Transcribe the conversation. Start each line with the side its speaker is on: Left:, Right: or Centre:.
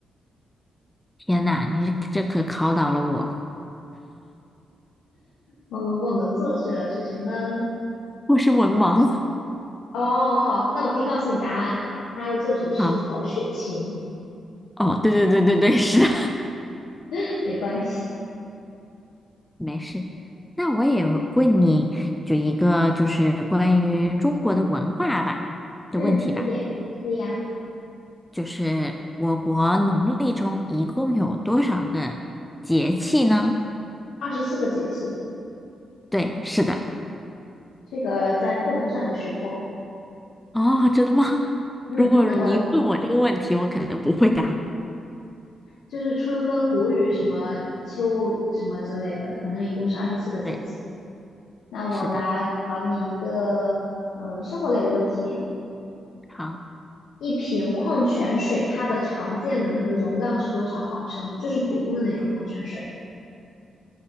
Centre: 天呐，你这可考倒了我，
Left: 《红楼梦》的作者是谁呢？
Centre: 我是文盲。
Left: 哦，好，那我可以告诉你答案，它的作者是曹雪芹，
Centre: <laughs> 好，哦，对对对对对，是的，
Left: <laughs> 没关系。
Centre: <laughs> 没事。那我也问你，就一个就是关于中国的文化吧的问题吧，
Left: 嗯，可以，可以呀、
Centre: 就是我国农历中一共有多少个节气呢？
Left: 二十四个节气，
Centre: 对，是的。
Left: 这个在课本上有学过。
Centre: 哦，真的吗？<laughs>
Left: 嗯，
Centre: 如果你问我这个问题，
Left: 那我
Centre: 我可能不会答。
Left: 就是春分、谷雨什么秋什么之类的，反正一共是二十四个节气。
Centre: 对，
Left: 那我来考你一个，
Centre: 是的。
Left: 呃，生活类的问题。
Centre: 好，
Left: 一瓶矿泉水它的常见的那个容量是多少毫升？就是普通的那种矿泉水。